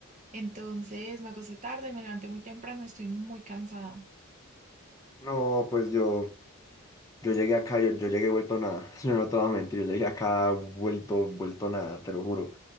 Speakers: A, on the right; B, on the left.
A: Entonces me acosté tarde, me levanté muy temprano, estoy muy cansada.
B: No, pues yo. Yo llegué acá, yo, yo llegué vuelto nada. <laughs> Yo no te voy a mentir, yo llegué acá vuelto, vuelto nada, te lo juro.